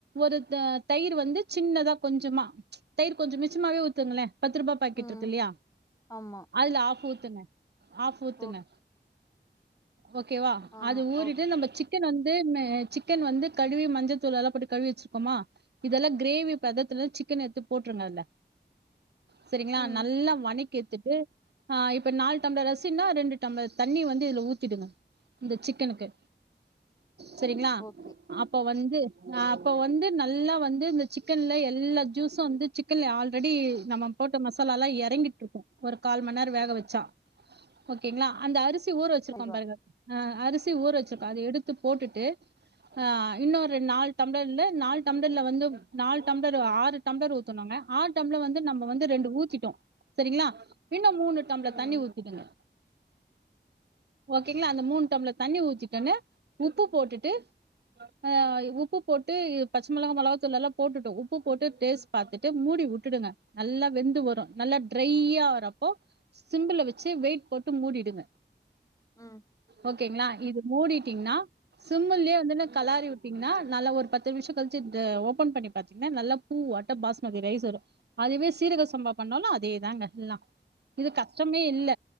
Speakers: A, on the right (about 65°); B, on the left (about 15°).
A: ஒரு தயிர் வந்து சின்னதா கொஞ்சமா ம்ச். தயிர் கொஞ்சோ மிச்சமாவே ஊத்துங்களே. பத்து ரூபா பாக்கெட்
B: ம்
A: இருக்கு இல்லையா.
B: ஆமா
A: அதுல ஆஃப் ஊத்துங்க ஆஃப் ஊத்துங்க.
B: ஓ
A: ஓகேவா.
B: ஆ
A: அது ஊறிட்டு
B: ஓகே
A: நம்ப சிக்கன் வந்து. து மே சிக்கன் வந்து கழுவி மஞ்சத்தூள் எல்லா போட்டு கழுவி வச்சிருக்கோமா. இதெல்லா கிரேவி பதத்துல சிக்கன் எடுத்து போட்டுருங்க இதுல்ல. சேரிங்களா
B: ம்
A: நல்ல வணக். கியெடுத்துட்டு. ஆஹ இப்ப நாலு டம்ளர் அரிசின்னா ரெண்டு டம்ளர் தண்ணி வந்து இதுல ஊத்திடுங்க. இந்த சிக்கனுக்கு. சேரிங்களா
B: ஓகே
A: ஆப்ப வந்து. அப்ப வந்து நல்லா வந்து இந்த சிக்கன்ல எல்லா ஜூசும் வந்து சிக்கன்ல ஆல்ரெடி நம்ம போட்ட மசலா எல்லா இறங்கிட்டு இருக்கு. ஒரு கால் மணி நேரம் வேக வச்சா. ஓகேங்களா அந்த அரிசி. த்தி ஊர வச்சிருக்கோ
B: கண்டிப்பா
A: பாருங்க. ஹ அரிசி ஊற வச்சிருக்கோ அத எடுத்து போட்டுட்டு. ஹ இன்னொரு நாலு டம்பளர்ல்ல நாலு டம்பளரல்ல வந்து நாலு டம்பளர் ஆறு. டம்பளர் ஊத்தனுங்க ஆறுடம்ள வந்து நம்ம வந்து ரெண்டு ஊத்திட்டோ சேரிங்களா. இன்னும் மூணு டம்பளர்
B: ம்
A: தண்ணி ஊத்திடுங்க. ஓகேங்களா. அந்த மூணு டம்ழளர் தண்ணி ஊத்திடடன்னு. உப்பு போட்டுட்டு அஹ உப்பு போட்டு பச்சமிளகா மெளகாத்தூள் எல்லா போட்டுட்டோ உப்பு போட்டு டேஸ்ட் பாத்துட்டு மூடி வுட்டுடுங்க. நல்லா வெந்து வரும் நல்லா ட்ரையா வரப்போ சிம்புல வச்சு வெயிட் போட்டு மூடிடுங்க.
B: உம்.
A: ஓகேங்களா இது மூடிட்டீங்ன்னா. சிம்லயே வந்து கலாரி வுட்டீங்கன்னா நல்லா ஒரு பத்து நிமிஷோ கழிச்சு த ஓபன் பண்ணி பாத்தீங்கன்னா நல்லா பூ ஆட்டோ பாஸ்மதி ரைஸ் வரு. அதுவே சீரக சம்பா பண்ணாலும் அதேதாங்க எல்லா இது கஷ்டமே இல்ல.